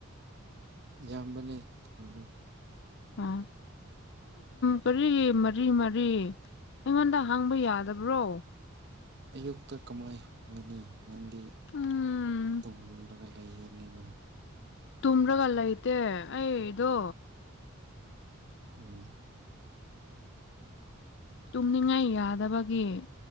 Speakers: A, on the right (about 55°); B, on the left (about 60°).
A: ꯌꯥꯝꯕꯅꯦ ꯊꯗꯣ
B: ꯑ ꯀꯔꯤ ꯃꯔꯤ ꯃꯔꯤ ꯑꯩꯉꯣꯟꯗ ꯍꯥꯡꯕ ꯌꯥꯗꯕ꯭ꯔꯣ
A: ꯑꯌꯨꯛꯇ ꯀꯃꯥꯏꯅ ꯍꯪꯒꯅꯤ ꯅꯪꯗꯤ
B: ꯎꯝ
A: ꯇꯨꯝꯂꯒ ꯂꯩ ꯄꯤꯔꯅꯤꯃꯥ
B: ꯇꯨꯝ꯭ꯔꯒ ꯂꯩꯇꯦ ꯑꯩꯗꯣ
A: ꯎꯝ
B: ꯇꯨꯝꯅꯤꯡꯉꯥꯏ ꯌꯥꯗꯕꯒꯤ